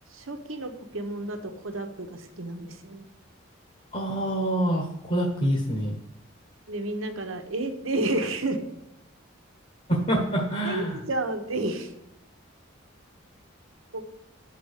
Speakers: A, on the right (about 75°); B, on the left (about 35°).
A: 初期のポケモンだとコダックが好きなんですよね。
B: ああー、コダックいいですね。
A: で、みんなから、えって、<laughs>
B: <laughs>
A: アイリスじゃんって、ポッ